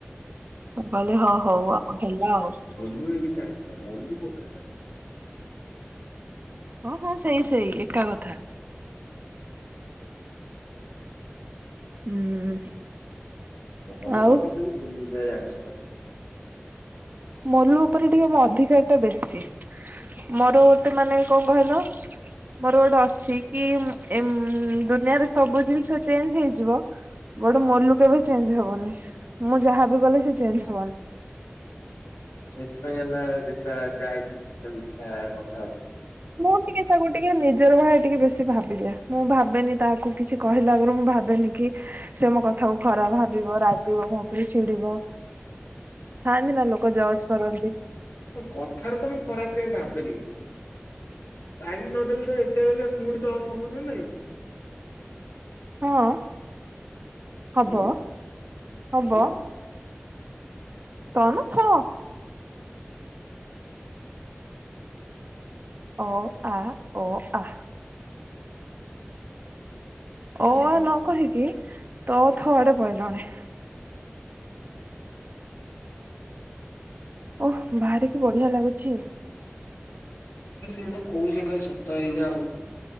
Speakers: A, on the right; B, on the left.
A: ମୁଁ କହିଲେ ହ ହଉ ଆଉ ହେଲା ଆଉ।
B: ଟୁ ହେଇକି ଚାହିଁଥିଲା ମଲି ପକେଇଲା।
A: ହଁ ହଁ ସେଇ ସେଇ ଏକା କଥା।
B: ହୁଁ।
A: ହୁଁ।
B: ମୋଲୁ
A: ଆଉ
B: କୁ ତ ଖାଲି ବୁଲିଯିବା ଜାଣିଛ ତ
A: ମୋଲୁ ଉପରେ ଟିକେ ମୋ ଅଧିକାର ଟା ବେଶୀ। ମୋର ଗୋଟେ ମାନେ କଣ କହିଲ? ମୋର ଗୋଟେ ଅଛି କି ଏମ୍ ଦୁନିଆରେ ସବୁ ଜିନିଷ ଚେଞ୍ଜ୍ ହେଇଯିବ। ବଟ୍ ମୋଲୁ କେବେ ଚେଞ୍ଜ୍ ହବନି, ମୁଁ ଯାହାବି କଲେ ସେ ଚେଞ୍ଜ୍ ହବନି।
B: ସେଥିପାଇଁ ହେଲା ଯେତା ଯାହା ଇଚ୍ଛା ଯେତେବେଳେ ଇଛା କ
A: ମୁଁ ଟିକେ ତାକୁ ଟିକେ ନିଜର ଭଳିଆ ଟିକେ ବେଶ୍ ଭାବିଦିଏ, ମୁଁ ଭାବେନି ତାକୁ କିଛି କହିଲା ଆଗରୁ ମୁଁ ଭାବେନି କି ସେ ମୋ କଥାକୁ ଖରାପ୍ ଭାବିବ ରାଗିବ ମୋ ଉପରେ ଚିଡିବ। ଥାଆନ୍ତି ନା ଲୋକ ଜଜ୍ କରନ୍ତି।
B: ମୁଁ କଥାରେ ତ ମୁଁ ଖରାପ୍ କେବେ ଭାବେନି। ଟାଇମ୍ ନଦେଲେ ତ ଯେତେଯାହା ହେଲେ ମୁଡ୍ ତ ଅଫ୍ ହବ ନା ନାଇଁ।
A: ହଁ ହବ,
B: ଉଁ ବାପା
A: ହବ। ତ ନା ଥ। ଅ- ଆ- ଅ -ଆ।
B: ଖାଲି
A: ଅ -ଆ
B: କ
A: ନ କହିକି, ତ ଥ ଆଡେ ପଲେଇଲନି। ଓଃ ବାହାରେ କି ବଢିଆ ଲାଗୁଛି।
B: ଖାଲି ଯୋଉଗୁଡା କହୁଛ ଖାଲି ସତ ହେଇଯାଉ